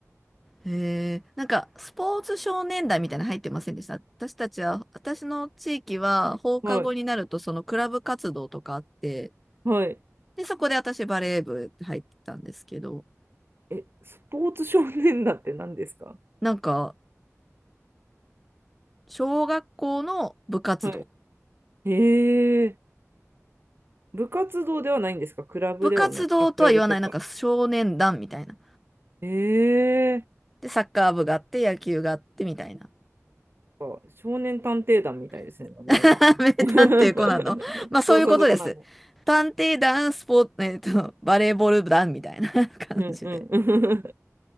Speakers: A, in the centre; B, on the right.
A: へえ、なんか、スポーツ少年団みたいなの入ってませんでした。私たちは、私の地域は放課後になると、
B: はい
A: そのクラブ活動とかあって、
B: はい。
A: で、そこで私バレー部入ってたんですけど、
B: え、スポーツ少年団って何ですか
A: なんか、小学校の部活動。
B: はい。へ部活動ではないんですかクラブではない。
A: 部活動とは言わない、
B: あ、クラブっていうか。
A: なんか少年団みたいな。
B: へえー。
A: で、サッカー部があって、野球があってみたいな。
B: あ少年探偵団みたいですね、名前が。
A: <laughs> 名探偵コナンの。
B: <laughs>
A: まあ、そういうことです。
B: そうそう、そこなの。
A: 探偵団、スポーツ、えっと、バレーボール団みたいな感じで。
B: うんうん。